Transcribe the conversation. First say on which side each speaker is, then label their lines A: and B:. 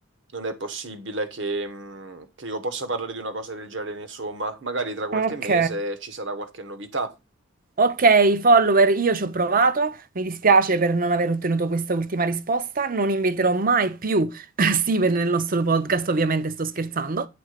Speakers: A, on the right; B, on the right.
A: non è possibile che, mh, che io possa parlare di una cosa del genere, insomma. Magari tra qualche
B: Ok.
A: mese ci sarà qualche novità.
B: Ok, follower, io ci ho provato, mi dispiace per non aver ottenuto questa ultima risposta, non inviterò mai più <laughs> Steven nel nostro podcast, ovviamente sto scherzando.